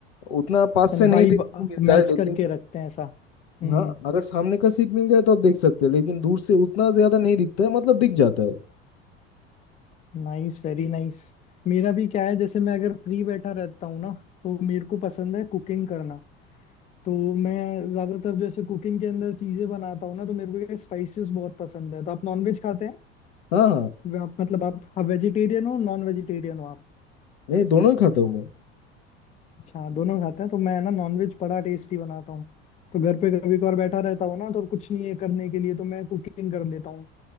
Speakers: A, on the left (about 75°); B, on the left (about 25°).
A: उतना पास
B: यानी
A: से नहीं
B: वाइब
A: देखने को मिलता
B: मैच
A: है लेकिन
B: करके रखते हैं ऐसा हम्म
A: हाँ अगर सामने का सीट मिल जाए तो आप देख सकते हैं लेकिन दूर से उतना ज्यादा नहीं दिखता है मतलब दिख जाता है
B: Nice very nice मेरा भी क्या है जैसे मैं अगर फ्री बैठा रहता हूँ ना तो मेरे को पसंद है कुकिंग करना तो मैं ज्यादातर जैसे कुकिंग के अंदर चीजें बनाता हूँ ना तो मेरे को स्पाइसेस बहुत पसंद है तो आप नॉन वेज खाते हैं
A: हाँ हाँ
B: वे- आप मतलब आप वेजिटेरियन हो नॉन वेजिटेरियन हो आप
A: नहीं दोनों ही खाता हूँ मैं
B: अच्छा हाँ, दोनों खाते हैं तो मैं ना नॉन वेज बड़ा टेस्टी बनाता हूँ तो घर पे कभी कभार बैठा रहता हूँ ना तो कुछ नहीं है करने के लिए तो मैं कुकिंग कर लेता हूँ